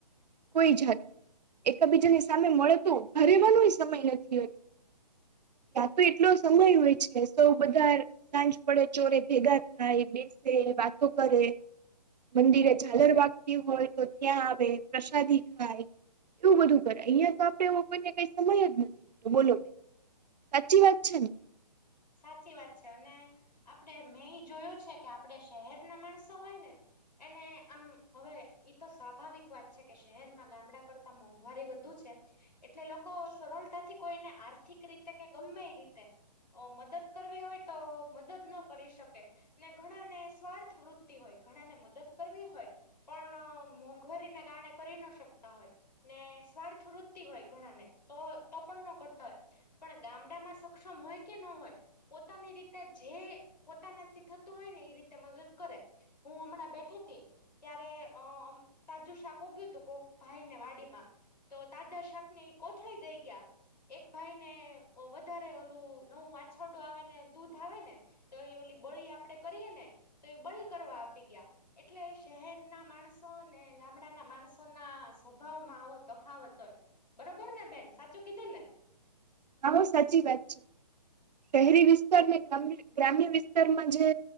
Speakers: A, on the right (about 75°); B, on the left (about 85°).
A: કોઈ જાતનો એકબીજાની સામે મળતો હરેવાનો સમય નથીતો યા તો એટલો સમય હોય છે સૌ બધા સાંજ પડે ચોરે ભેગા થાય બેસે વાતો કરે મંદિરે ઝાલર વાગતી હોય તો ત્યાં આવે પ્રસાદી ખાય એવું બધું કરે અહિયાં તો આપડેવો કોઈને કઈ સમય જ નથી હોતો બોલો ભાઈ કચી વાત છેન
B: સાચી વાત છે અને આપણેે મેં એ જોયું છે કે આપણે શહેર ના માણસો હોય ને એને આમ હવે તો સ્વાભાવિક વાત છે કે શહેરમાં ગામડા કરતા મોંઘવારી વધુ છે. એટલે લોકો સરળતાથી કોઈને આર્થિક રીતે કે ગમે રીતે મદદ કરવી હોય તો મદદ ન કરી શકે ને ઘણા ને સ્વાર્થ વૃતિ હોય ઘણા ને મદદ કરવી હોય પણ મોંઘવારીને કારણે કરી ના શકતા હોય ને સ્વાર્થવૃત્તિ હોય ઘણાને તો તો પણ ન કરતા હોય પણ ગામડા માં સક્ષમ હોય ન હોય પોતાની રીતે જે પોતાનાથી થતો હોય ને એ રીતે મદદ કરે હું હમણાં બેઠી હતી ત્યારે અમ તાજુ શાકગયું તું કો ભાઈ ને વાડીમાં તો તાદા શાક ની કોથળી દઈ ગયા એક ભાઈ ને વધારે ઓલું નવું વાછરડું આવે ને દૂધ આવે ને તો એ ઓલી બળી આપડે કરીએ ને તો એ બળી કરવા આપી ગયા એટલે શહેર ના માણસ ને ગામડાના માણસો ના સ્વભાવમાં આવો તફાવત હોય બરોબર ને બેન સાચું કીધું ને
A: હા સાચી વાત છે શહેરી વિસ્તાર ને ગ ગ્રામ્ય વિસ્તારમાં જે